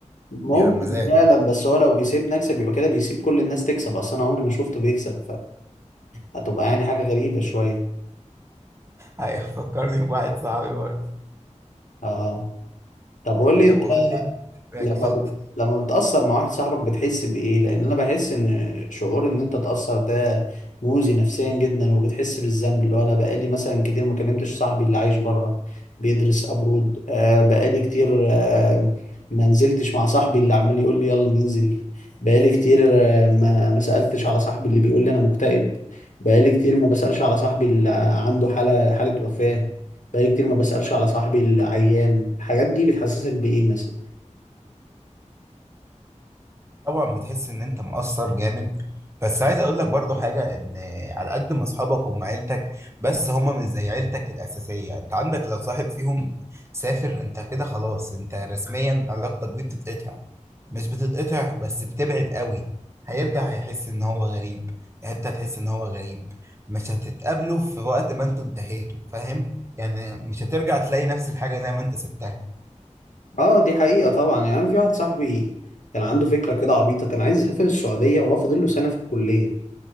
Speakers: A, on the left; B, on the right.
A: ممكن
B: بيبقى مزاجه
A: فعلا بس هو لو بيسيبني اكسب يبقى كده بيسيب كل الناس تكسب اصلا انا عمري ما شفته بيكسب فهتبقى يعني حاجة غريبة شوية
B: ايوه فكرني بواحد صاحبي برضه
A: اه طب قول لي
B: طب
A: انت
B: قول لي اتفضل
A: لما بت... لما بتأثر مع واحد صاحبك بتحس بإيه؟ لأن أنا بحس إن شعور إن أنت تأثر ده مؤذي نفسيا جدا وبتحس بالذنب اللي هو أنا بقالي مثلا كتير ما كلمتش صاحبي اللي عايش بره بيدرس أبرود آه بقالي كتير آه ما نزلتش مع صاحبي اللي عمال يقول لي يلا ننزل بقالي كتير آه ما ما سألتش على صاحبي اللي بيقول لي أنا مكتئب بقالي كتير ما بسألش على صاحبي اللي عنده حالة حالة وفاة بقالي كتير ما بسألش على صاحبي اللي عيان الحاجات دي بتحسسك بإيه مثلا؟
B: طبعا بتحس ان انت مقصر جامد بس عايز اقول لك برضو حاجه ان على قد ما اصحابك هم عيلتك بس هم مش زي عيلتك الاساسيه انت عندك لو صاحب فيهم سافر انت كده خلاص انت رسميا علاقتك بيه بتتقطع مش بتتقطع بس بتبعد قوي هيرجع هيحس ان هو غريب انت هتحس ان هو غريب مش هتتقابلوا في وقت ما انتوا انتهيتوا فاهم يعني مش هترجع تلاقي نفس الحاجه زي ما انت سبتها
A: اه دي حقيقة طبعا يعني أنا في واحد صاحبي كان عنده فكرة كده عبيطة كان عايز يسافر السعودية وهو فاضل له سنة في الكلية